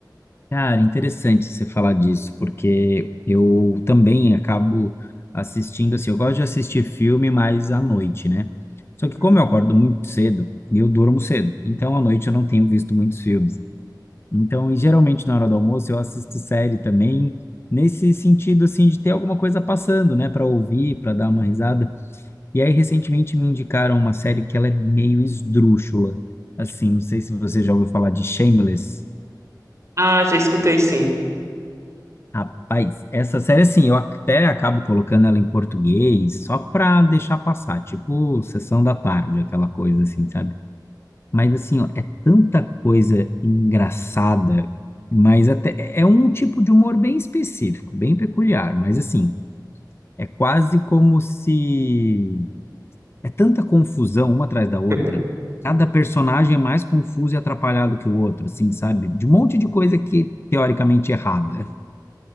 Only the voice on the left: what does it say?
Cara, interessante você falar disso, porque eu também acabo assistindo, assim, eu gosto de assistir filme mais à noite, né? Só
que como eu acordo muito cedo, eu durmo cedo, então à noite eu não tenho visto muitos filmes. Então, e geralmente na hora do almoço eu assisto série também, nesse sentido, assim, de ter alguma coisa passando, né, para ouvir, para dar uma risada. E aí, recentemente me indicaram uma série que ela é meio esdrúxula. Assim, não sei se você já ouviu falar de Shameless.
Rapaz, essa série, assim, eu até acabo colocando ela em português só pra deixar passar, tipo sessão da tarde, aquela coisa assim, sabe? Mas, assim, ó, é tanta coisa engraçada, mas até é um tipo de humor bem específico, bem peculiar, mas, assim, é quase como se É tanta confusão uma atrás da outra.
Cada personagem é mais confuso e atrapalhado que o outro, assim, sabe? De um monte de coisa que teoricamente é errada.